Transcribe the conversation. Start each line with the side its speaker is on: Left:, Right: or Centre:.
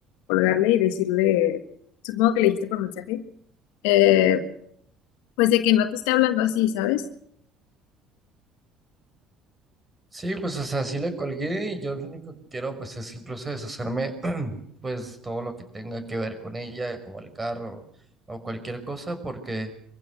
Left: colgarle y decirle, supongo que le dijiste por mensaje eh, pues de que no te esté hablando así, ¿sabes?
Right: Sí, pues o sea, sí le colgué y yo lo único que quiero pues es incluso deshacerme <clears throat> pues todo lo que tenga que ver con ella, como el carro o cualquier cosa, porque